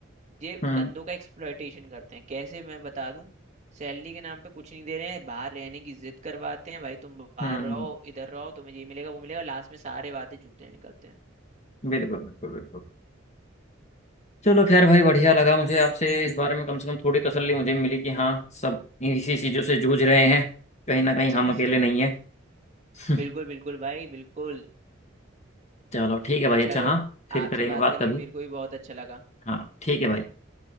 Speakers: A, on the right; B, on the left.
A: ये
B: हम्म
A: बंदों का एक्सप्लॉयटेशन करते हैं कैसे मैं बता दूं सैलरी के नाम पे कुछ नहीं दे रहे हैं बाहर रहने की जिद करवाते हैं भाई तुम बाहर
B: हम्म
A: रहो इधर रहो तुम्हें ये मिलेगा वो मिलेगा लास्ट में सारे वादे झूठे निकलते हैं
B: बिल्कुल बिल्कुल बिल्कुल चलो खैर भाई बढ़िया लगा मुझे आपसे इस बारे में कम से कम थोड़ी तसल्ली मुझे मिली कि हाँ सब इसी चीज़ों से जूझ रहे हैं कहीं ना कहीं
A: <laughs>
B: हम अकेले नहीं है <laughs>
A: बिल्कुल बिल्कुल भाई बिल्कुल
B: चलो ठीक है भाई
A: चलो
B: अच्छा हाँ फिर
A: आपसे
B: करेंगे
A: बात
B: बात
A: करके
B: कभी
A: मेरे को भी बहुत अच्छा लगा
B: हाँ ठीक है भाई